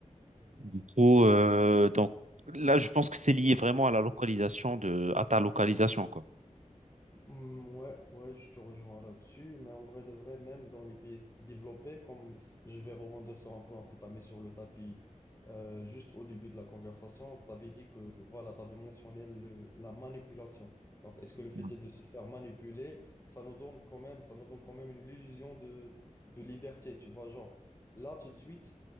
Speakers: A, on the right; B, on the left.
A: Du coup, euh, donc là, je pense que c'est lié vraiment à la localisation de, à ta localisation, quoi.
B: Hmm, Ouais, ouais, je te rejoins là-dessus, mais en vrai de vrai, même dans les pays développés, comme je vais rebondir sur un point que tu as mis sur le tapis euh, juste au début de la conversation, tu avais dit que voilà, tu avais mentionné le, la manipulation. Donc, est-ce que le fait
A: Mm.
B: est de se faire manipuler, ça nous donne quand même, ça nous donne quand même une illusion de, de liberté, tu vois, genre là tout de suite.